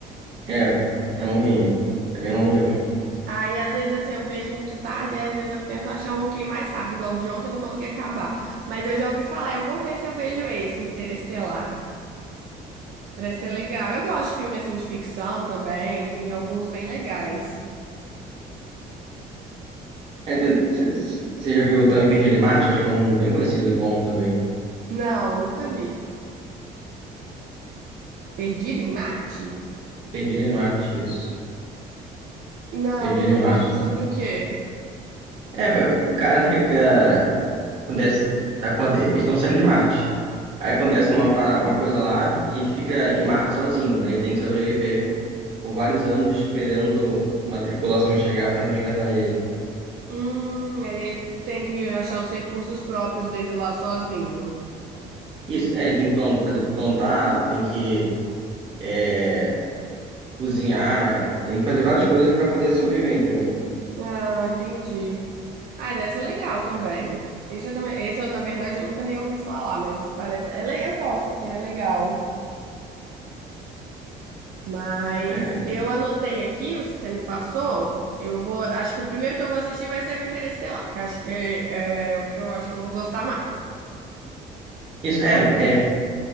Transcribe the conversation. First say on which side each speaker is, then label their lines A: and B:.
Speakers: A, on the right; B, on the right.
A: É, é longuinho. É bem longo mesmo.
B: Aí, às vezes, assim, eu vejo muito tarde, aí, às vezes eu tento achar um que é mais rápido, igual o de ontem eu não consegui acabar. Mas eu já ouvi falar, eu vou ver se eu vejo esse, Interestelar. Parece ser legal. Eu gosto de filme, assim, de ficção também, tem alguns bem legais.
A: É, então, Você já viu também Perdido em Marte? Acho que é um bem conhecido e bom também.
B: Não, nunca vi. Perdido em Marte?
A: Perdido em Marte, isso.
B: Não,
A: Perdido em
B: fala
A: Marte.
B: sobre o quê?
A: É, é, o cara fica. acontece, tá, aconte- eles estão saindo de Marte. Aí acontece uma, pa- uma coisa lá e ele fica em Marte sozinho. Ele tem que sobreviver por vários anos esperando uma tripulação chegar para resgatar ele.
B: Hum, aí ele tem que achar os recursos próprios dele lá sozinho.
A: Isso, é, ele tem que plan- fazer plantar, tem que é, cozinhar, tem que fazer várias coisas para poder sobreviver, entendeu?
B: Ah, entendi. Ah, deve ser legal também. Esse eu também, esse eu, na verdade, eu nunca nem ouvi falar, mas parece, é le- eu gosto, assim, é legal. Mas
A: É,
B: eu anotei aqui os que você me passou. Eu vou, acho que o primeiro que eu vou assistir vai ser o Interestelar, que acho que é o que eu acho que eu vou gostar mais.
A: isso, é,
B: Aí,
A: é.